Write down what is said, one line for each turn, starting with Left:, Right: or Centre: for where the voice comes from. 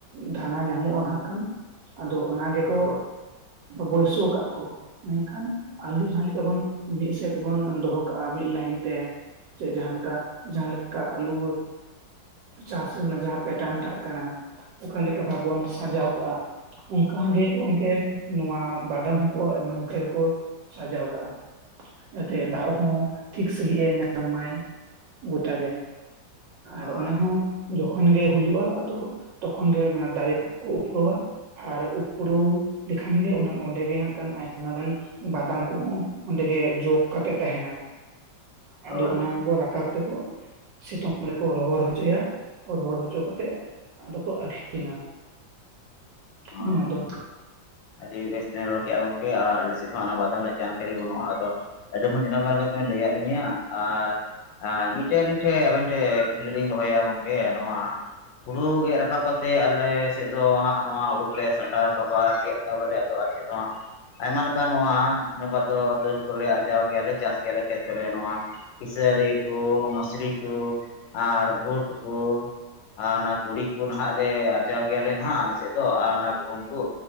Right: ᱫᱟᱱᱟ ᱧᱟᱢᱚᱜ-ᱟ ᱦᱟᱸᱜ ᱠᱷᱟᱱ ᱟᱫᱚ ᱚᱱᱟ ᱜᱮᱠᱚ ᱵᱟᱹᱭᱥᱟᱹᱣ ᱠᱟᱜᱟ ᱠᱚ ᱢᱮᱱᱠᱷᱟᱱ ᱟᱞᱩ ᱡᱷᱟᱱ ᱞᱮᱠᱟᱵᱚᱱ ᱢᱤᱫ ᱥᱮᱫ ᱵᱚᱱ ᱫᱚᱦᱚ ᱠᱟᱜ-ᱟ ᱢᱤᱫ ᱞᱟᱭᱤᱱ ᱛᱮ ᱥᱮ ᱡᱠᱟ ᱞᱮᱠᱟ ᱡᱟᱦᱟ ᱞᱮᱠᱟ ᱟᱞᱩ ᱪᱟᱥ ᱨᱮᱱᱟᱜ ᱡᱟᱦᱟᱸ ᱯᱮᱴᱟᱱ ᱴᱟᱜ ᱠᱟᱱᱟ ᱚᱠᱟᱮᱠᱟ ᱵᱷᱟ ᱵᱚᱱ ᱥᱟᱡᱟᱣ ᱠᱟᱜ-ᱟ ᱚᱱᱠᱟᱜ ᱜᱮ ᱜᱚᱝᱠᱮ ᱱᱚᱣᱟ ᱵᱟᱫᱟᱢ ᱦᱚᱸᱠᱚ ᱱᱚᱝᱠᱟ ᱜᱮᱠᱚ ᱥᱟᱡᱟᱣ ᱠᱟᱜ-ᱟ ᱡᱟᱛᱮ ᱫᱟᱜ ᱦᱚᱸ ᱴᱷᱤᱠ ᱥᱟᱺᱦᱤᱡ ᱮ ᱧᱟᱢ ᱢᱟᱭ ᱜᱚᱴᱮ ᱟᱨ
Left: ᱦᱳᱭ
Right: ᱚᱱᱟᱦᱚ ᱡᱚᱠᱷᱚᱱ ᱜᱮ ᱦᱩᱭᱩᱜ-ᱟ ᱛᱚᱠᱷᱚᱱ ᱜᱮ ᱚᱱᱟ ᱫᱟᱨᱮ ᱠᱚ ᱩᱯᱨᱟᱹᱣᱟ ᱟᱨ ᱩᱯᱨᱟᱣ ᱞᱮᱠᱷᱟᱱ ᱜᱮ ᱚᱱᱟ ᱚᱸᱰᱮᱜᱮ ᱦᱟᱱ ᱠᱷᱟᱱ ᱟᱭᱢᱟ ᱜᱟᱱ ᱵᱟᱱᱟᱢ ᱠᱚᱦᱚᱸ ᱚᱸᱰᱮ ᱜᱮ ᱡᱚ ᱠᱟᱛᱮᱜ ᱛᱟᱦᱮᱱᱟ
Left: ᱦᱳᱭ
Right: ᱟᱫᱚ ᱚᱱᱟ ᱠᱚ ᱨᱟᱠᱟᱵ ᱛᱮᱠᱚ ᱥᱤᱛᱩᱝ ᱨᱮᱠᱚ ᱨᱚᱦᱚᱲ ᱦᱚᱪᱚᱭᱟ ᱨᱚᱦᱚᱲ ᱦᱚᱪᱚ ᱠᱟᱛᱮᱫ ᱟᱫᱚᱠᱚ ᱟᱠᱷᱨᱤᱧᱟ
Left: ᱦᱳᱭ
Right: ᱱᱚᱣᱟ ᱫᱚ
Left: ᱟᱹᱰᱤ ᱵᱮᱥ ᱛᱮᱢ ᱨᱚᱲ ᱠᱮᱫ-ᱟ ᱜᱚᱝᱠᱮ ᱟᱨ ᱟᱞᱮ ᱥᱮᱫ ᱦᱚᱸ ᱚᱱᱟ ᱵᱟᱫᱢ ᱨᱮᱭᱟᱜ ᱡᱟᱱᱠᱟᱨᱤ ᱵᱟᱹᱱᱩᱜ-ᱟ ᱟᱫᱚ ᱟᱚᱢ ᱢᱚᱡᱽ ᱮᱱᱟ ᱵᱟᱨ ᱞᱟᱹᱭᱟᱫ ᱞᱤᱧᱟᱹ ᱟᱨ ᱟᱨ ᱢᱤᱫᱴᱮᱡ ᱟᱹᱞᱤᱧ ᱴᱷᱮᱡ ᱟᱵᱮᱱ ᱴᱷᱮᱱ ᱠᱩᱠᱞᱤ ᱞᱤᱧ ᱫᱚᱦᱚᱭᱟ ᱜᱚᱝᱠᱮ ᱱᱚᱣᱟ ᱦᱩᱲᱩ ᱜᱮᱫ ᱨᱟᱠᱟᱵ ᱠᱟᱛᱮᱜ ᱟᱞ ᱥᱮᱫ ᱫᱚ ᱦᱟᱸᱜ ᱱᱚᱣᱟ ᱦᱩᱲᱩ ᱠᱚᱞᱮ ᱥᱟᱞᱴᱟᱣ ᱨᱟᱠᱟᱵᱟ ᱜᱮᱜ ᱨᱟᱠᱟᱵ ᱟᱞᱮ ᱟᱫᱚ ᱟᱞᱮᱥᱮᱫ ᱫᱚᱦᱟᱜ ᱟᱭᱢᱟ ᱞᱮᱠᱟ ᱱᱚᱣᱟᱵᱟᱨ ᱱᱤᱭᱟ ᱵᱟᱝ ᱫᱚ ᱫᱟᱹᱞ ᱠᱚᱞᱮ ᱟᱨᱡᱟᱣ ᱜᱮᱭᱟᱞᱮ ᱪᱟᱥ ᱜᱮᱭᱟᱞᱮ ᱠᱷᱮᱛ ᱠᱚᱨᱮ ᱱᱚᱣᱟ ᱠᱥᱟᱹᱨᱤ ᱠᱚ ᱢᱩᱥᱨᱤ ᱠᱚ ᱟᱨ ᱵᱷᱩᱴ ᱠᱚ ᱟᱨ ᱚᱱᱟ ᱛᱩᱲᱤ ᱠᱚ ᱱᱟᱦᱟᱜ ᱞᱮ ᱟᱨᱡᱟᱣ ᱜᱮᱭᱟᱞᱮ ᱱᱟᱱᱟᱜ ᱟᱞᱮᱥᱮᱫ ᱫᱚ ᱟᱨ ᱚᱱᱟ ᱜᱩᱦᱩᱢ ᱠᱚ